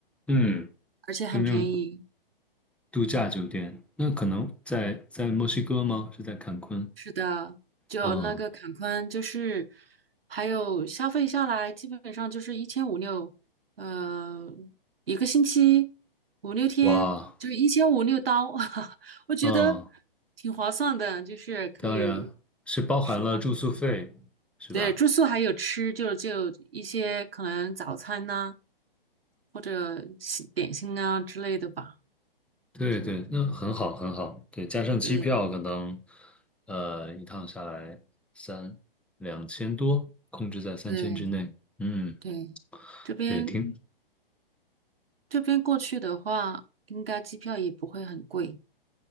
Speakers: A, in the centre; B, on the right.
A: 嗯，
B: 而且很便宜。
A: 就那种度假酒店，那可能在在墨西哥吗？是在坎昆？
B: 是的，就那个坎昆，
A: 嗯，
B: 就是还有消费下来，基本上就是一千五六，呃，一个星期五六天，
A: 哇，
B: 就一千五六刀，<laughs> 我觉得
A: 嗯。
B: 挺划算的，就是可以，
A: 当然是包含了住宿费，
B: 是吧？
A: 是吧？
B: 对，住宿还有吃，就就一些可能早餐呐、或者西点心啊之类的吧，
A: 对对，
B: 就是
A: 那很好很好。对，加上机票，
B: 对
A: 可能呃一趟下来三两千多，控制在三千之内。
B: 对
A: 嗯，
B: 对，这边
A: 对，听。
B: 这边过去的话，应该机票也不会很贵，